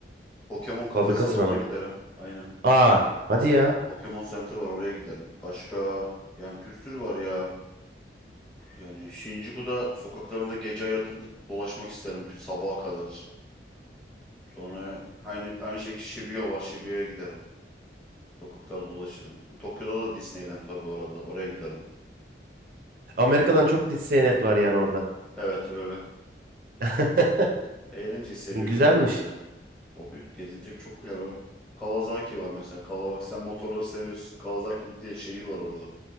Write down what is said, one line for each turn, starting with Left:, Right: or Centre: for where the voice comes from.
Centre: Pokemon kafesi
Right: Fabrikasına
Centre: var ona
Right: mı?
Centre: giderim. Aynen.
Right: Aa, hadi ya.
Centre: Pokemon Center var oraya giderim. Başka yani bir sürü var ya. Yani Shinjuku'da sokaklarında gece hayatında dolaşmak isterim sabaha kadar. Sonra aynı aynı şekilde Shibuya var. Shibuya'ya giderim. Sokaklarda dolaşırım. Tokyo'da da Disneyland var bu arada. Oraya giderim.
Right: Amerika'dan çok Disneyland var yani orada.
Centre: Evet öyle.
Right: <laughs>
Centre: Eğlenceyi seviyor
Right: Güzelmiş.
Centre: Japonlar ya. O büyük gezilecek çok yer var. Kawasaki var mesela. Kawasaki sen motorları seviyorsun. Kawasaki diye şehir var orada.